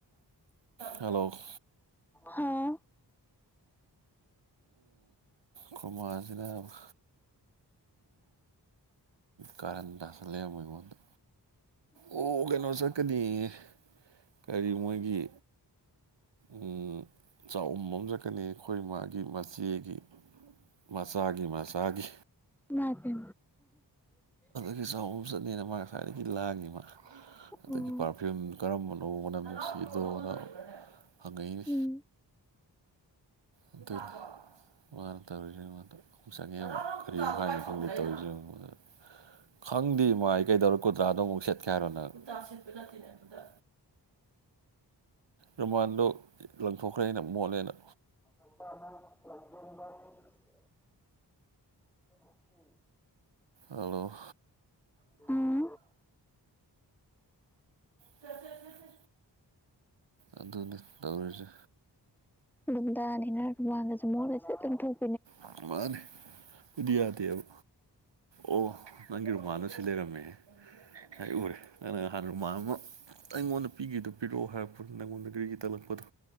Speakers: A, on the right (about 85°); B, in the centre.
A: ꯍꯜꯂꯣ <unintelligible>
B: ꯍꯥꯎ
A: ꯈꯣꯃꯥꯁꯤꯅꯕ ꯀꯥꯔꯟ ꯇꯥꯁꯜꯂꯦ ꯑꯃꯨꯛ ꯑꯩꯉꯣꯟꯗ ꯑꯣ ꯀꯩꯅꯣ ꯆꯠꯀꯅꯤꯌꯦ ꯀꯔꯤ ꯃꯣꯏꯒꯤ ꯎꯝ ꯆꯥꯎꯝꯕ ꯑꯃ ꯆꯠꯀꯅꯦꯌꯦ ꯑꯩꯈꯣꯏ ꯃꯥꯒꯤ ꯃꯆꯦꯒꯤ ꯃꯆꯥꯒꯤ ꯃꯆꯥꯒꯤ
B: ꯏꯃꯥꯏꯄꯦꯝꯃꯥ
A: ꯍꯤꯖꯥꯎ ꯑꯝ ꯆꯠꯅꯦꯅ ꯃꯥ ꯉꯁꯥꯏꯗꯒꯤ ꯂꯥꯡꯉꯤ ꯃꯥ ꯑꯗꯒꯤ
B: ꯎꯝ
A: ꯄꯥꯔ ꯐ꯭ꯌꯨꯝ ꯀꯔꯝꯕꯅꯣ ꯃꯅꯝ ꯅꯨꯡꯁꯤꯗꯣꯅ ꯍꯪꯉꯛꯏꯅꯤ
B: ꯎꯝ
A: ꯑꯗꯨꯒꯤ ꯃꯥꯅ ꯇꯧꯔꯤꯖꯦ ꯑꯩꯉꯣꯟꯗ ꯑꯃꯨꯛ ꯆꯪꯉꯦ ꯑꯃꯨꯛ ꯀꯔꯤꯃꯨꯛ ꯍꯥꯏꯅꯣ ꯈꯪꯗ ꯇꯧꯔꯤꯁꯦ ꯌꯦꯡꯉꯨ ꯑꯩꯉꯣꯟꯗ ꯈꯪꯗꯦ ꯏꯃꯥ ꯑꯩ ꯀꯩꯗꯧꯔꯦ ꯀꯨꯔꯇꯥꯗꯣ ꯑꯃꯨꯛ ꯁꯦꯠꯀꯦ ꯍꯥꯏꯔꯣ ꯅꯪ ꯀꯨꯔꯇꯥ ꯁꯦꯠꯄ ꯅꯠꯇꯦꯅꯦ ꯑꯗꯨꯗ ꯔꯨꯃꯥꯟꯗꯣ ꯂꯪꯊꯣꯛꯈ꯭ꯔꯦ ꯑꯩꯅ ꯃꯣꯠꯂꯦꯅ
B: <unintelligible> <unintelligible> ꯎꯝ
A: ꯍꯜꯂꯣ
B: ꯍꯥꯎ
A: ꯁꯦꯁꯦꯁꯦꯁꯦ ꯑꯗꯨꯅꯤ ꯇꯧꯔꯤꯁꯦ
B: ꯒꯨꯟꯗꯥꯅꯤꯅ ꯔꯨꯃꯥꯜꯒꯖꯦ ꯃꯣꯠꯂ ꯍꯦꯛꯇ ꯂꯪꯊꯣꯛ
A: ꯑ ꯃꯥꯅꯦ ꯑꯩꯗꯤ ꯌꯥꯗꯦꯕ ꯑꯣ ꯅꯪꯒꯤ ꯔꯨꯃꯥꯟꯗꯣ ꯁꯤ ꯂꯩꯔꯝꯃꯦꯍꯦ ꯑꯩ ꯎꯔꯦ ꯅꯪꯅ ꯉꯍꯥꯟ ꯔꯨꯃꯥꯟ ꯑꯃ ꯑꯩꯉꯣꯟꯗ ꯄꯤꯒꯤꯕꯗꯣ ꯄꯤꯔꯛꯑꯣ ꯍꯥꯏꯔꯛꯄꯗꯣ ꯅꯉꯣꯟꯗ ꯒꯤꯔꯤꯒꯤꯔꯤ ꯇꯛꯂꯛꯄꯗꯣ